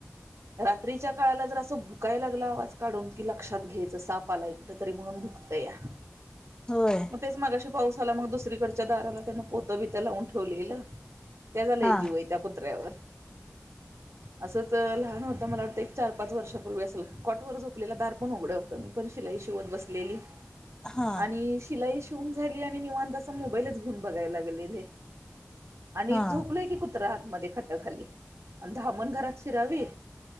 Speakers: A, on the right; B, on the left.
A: रात्रीच्या काळाला जर असं भुकाय लागला आवाज काढून की लक्षात घेत. आलाय कुठ तरी म्हणून दुत या
B: होय
A: मग तेच मा पाऊस ला मग दुसरीकडच्या दाराला त्यान पोतं भीथ लावून ठेवलेलं. त्या झालंय
B: हा
A: जीवय त्या कुत्र्यावर असंच लहान होतं मला वाटतं एक चार पाच वर्षापूर्वी असल कॉटवर झोपलेलं दार पण उघडं. तर मी पण शिलाई शोवध बसलेली.
B: हा
A: आणि शिलाई शिून झाली आणि निवां तसा मोबाईलच घुन बघायला लागलेले. आणि
B: हा
A: झोपलंय की कुत्रहत मध्ये खट्ट घाली आणि ामण घरात शिरावे